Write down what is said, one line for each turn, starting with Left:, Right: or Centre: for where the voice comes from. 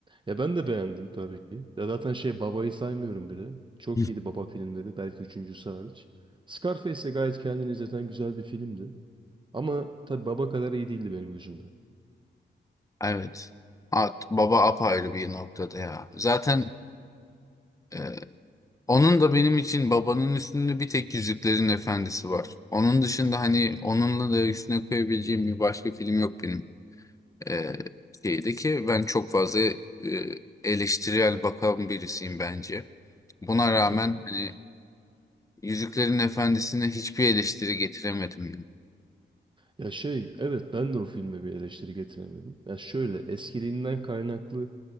Right: Ya ben de beğendim tabii ki. Ya zaten şey Baba'yı saymıyorum bile. Çok
Left: Hı.
Right: iyiydi Baba filmleri. Belki üçüncüsü hariç. Scarface de gayet kendini izleten güzel bir filmdi. Ama tabii Baba kadar iyi değildi benim gözümde.
Left: Evet. At, baba apayrı bir noktada ya. Zaten e, onun da benim için babanın üstünde bir tek Yüzüklerin Efendisi var. Onun dışında hani onunla da üstüne koyabileceğim bir başka film yok benim. E, şeyde ki ben çok fazla e, eleştirel bakan birisiyim bence. Buna rağmen
Right: Hı.
Left: hani Yüzüklerin Efendisi'ne hiçbir eleştiri getiremedim ya.
Right: Ya şey evet ben de o filme bir eleştiri getiremedim. Ya şöyle eskiliğinden kaynaklı